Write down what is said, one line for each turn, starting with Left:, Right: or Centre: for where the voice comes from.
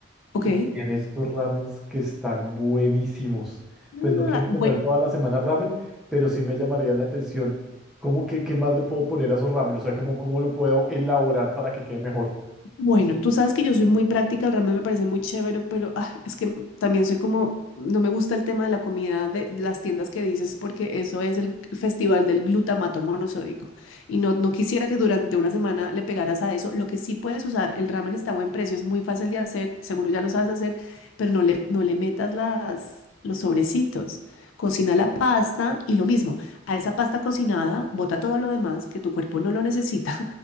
Left: Ok.
Centre: y tiene estos ramens que están buenísimos. Pues
Left: Ah,
Centre: no quiero
Left: bue-
Centre: comer toda la semana ramen, pero sí me llamaría la atención. ¿Cómo que qué más le puedo poner a esos ramen? O sea, ¿cómo, cómo lo puedo elaborar para que quede mejor?
Left: bueno, tú sabes que yo soy muy práctica, el ramen me parece muy chévere, pero ah, es que también soy como, no me gusta el tema de la comida de las tiendas que dices, porque eso es el festival del glutamato monosódico. Y no, no quisiera que durante una semana le pegaras a eso. Lo que sí puedes usar, el ramen está a buen precio, es muy fácil de hacer, seguro ya lo sabes hacer, pero no le, no le metas las, los sobrecitos. Cocina la pasta y lo mismo, a esa pasta cocinada, bota todo lo demás que tu cuerpo no lo necesita.